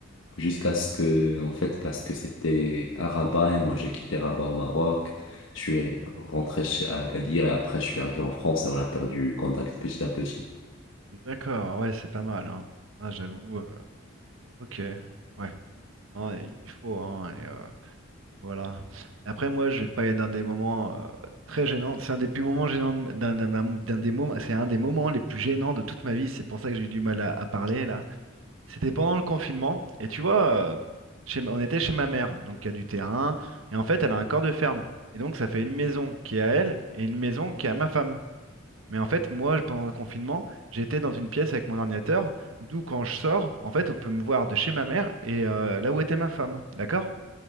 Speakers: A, on the left (about 70°); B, on the right (about 85°).
A: jusqu'à ce que, en fait, parce que c'était à Rabat et moi j'ai quitté Rabat au Maroc, je suis rentré chez Agadir et après je suis arrivé en France et on a perdu contact petit à petit.
B: D'accord, ouais, c'est pas mal, hein. Ah, j'avoue. euh, ok, ouais. Non, et il faut, hein. Et, euh, voilà. Et après, moi, je vais te parler d'un des moments euh, très gênants. C'est un des plus moments gênants, de- d'un d'un- d'un- d'un des moments. C'est un des moments les plus gênants de toute ma vie. C'est pour ça que j'ai eu du mal à à parler là. C'était pendant le confinement. Et tu vois, euh, chez ma- on était chez ma mère, donc il y a du terrain. Et en fait, elle a un corps de ferme. Et donc, ça fait une maison qui est à elle et une maison qui est à ma femme. Mais en fait, moi, pendant le confinement, j'étais dans une pièce avec mon ordinateur. D'où, quand je sors, en fait, on peut me voir de chez ma mère et euh, là où était ma femme. D'accord?